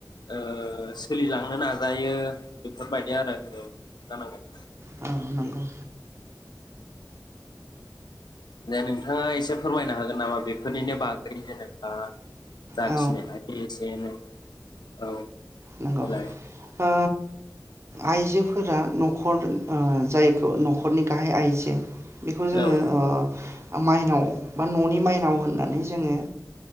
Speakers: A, on the left; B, on the right.
A: ओ सोलिलांनो नाजायो बेफोरबायदि आरो हिनजाव जानांगोन।
B: औ नंगौ
A: दे नोंथाङा एसे फोरमायनो हागोन नामा? बेफोरनिनो बागै जेनेबा जाखिनि
B: औ
A: हायो, एसे एनै औ देलाय।
B: नंगौ ओ आइजोफोरा नखर ओ जायखौ नखरनि गाहाय आइजो बेखौ जोङो
A: औ
B: ओ। माइनाव बा ननि माइनाव होननानै जोङो